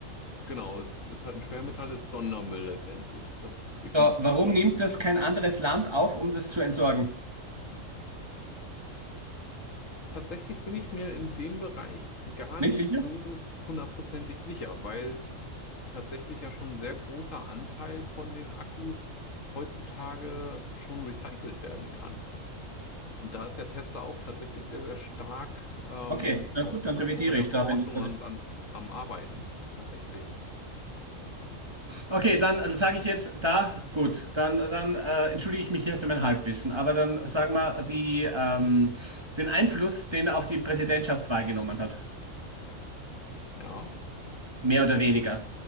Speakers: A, on the left (about 70°); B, on the right (about 20°).
A: genau, es ist halt ein Schwermetall, ist Sondermüll letztendlich. Das definitiv.
B: So, warum nimmt das kein anderes Land auf, um das zu entsorgen?
A: Tatsächlich bin ich mir in dem Bereich gar
B: Nicht
A: nicht
B: sicher?
A: so hundertprozentig sicher, weil tatsächlich ja schon ein sehr großer Anteil von den Akkus heutzutage schon recycelt werden kann. Und da ist ja Tesla auch tatsächlich sehr, sehr stark, ähm,
B: Okay, na
A: auch,
B: gut, dann revidiere
A: auch in der
B: ich
A: Forschung
B: da, wenn du sagst.
A: und an, am Arbeiten tatsächlich.
B: Okay, dann sage ich jetzt da, gut, dann, dann äh, entschuldige ich mich hier für mein Halbwissen, aber dann sagen wir die, ähm, den Einfluss, den er auf die Präsidentschaftswahl genommen hat,
A: Ja,
B: mehr oder weniger.